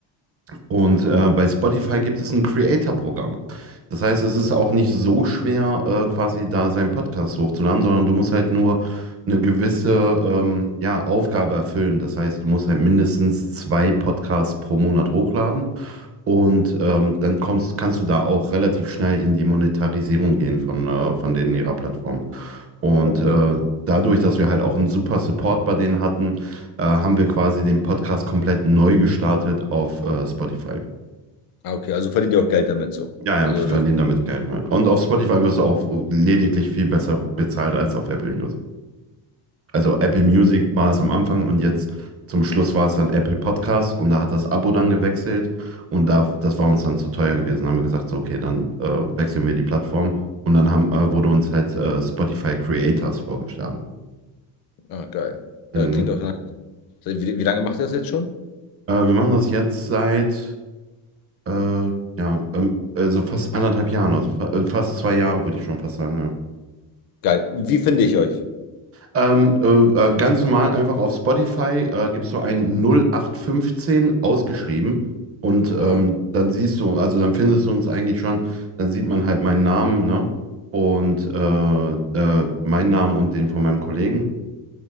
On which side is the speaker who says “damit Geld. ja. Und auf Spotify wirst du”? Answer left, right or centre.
Right